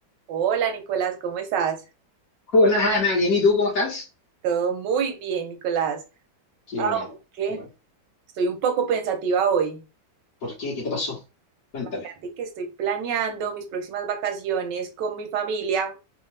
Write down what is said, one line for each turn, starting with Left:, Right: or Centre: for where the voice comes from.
Right: Hola Nicolás, ¿cómo estás?
Left: Hola Ana, bien, ¿y tú cómo estás?
Right: Todo muy bien, Nicolás.
Left: Qué
Right: Aunque
Left: bueno, qué bueno.
Right: estoy un poco pensativa hoy.
Left: ¿Por qué? ¿Qué te pasó? Cuéntame.
Right: Imagínate que estoy planeando mis próximas vacaciones con mi familia